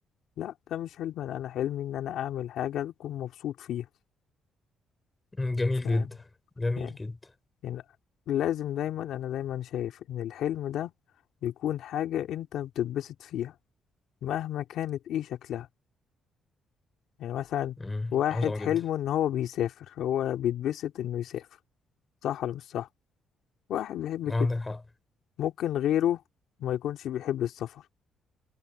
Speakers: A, on the left (about 80°); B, on the left (about 20°).
A: لا ده مش حلم انا أنا حلمي ان انا اعمل حاجه اكون مبسوط فيها
B: مم، جميل
A: فاهم
B: جدا جميل
A: يعني
B: جدا
A: يعني لازم دايما انا دايما شايف ان الحلم ده يكون حاجه انت بتتبسط فيها مهما كانت ايه شكلها يعني مثلا
B: مم،
A: واحد
B: عظمه
A: حلمه
B: جدا
A: ان هو بيسافر هو بيتبسط انه يسافر صح ولا مش صح واحد بيحب
B: عندك
A: كده
B: حق
A: ممكن غيره ما يكونش بيحب السفر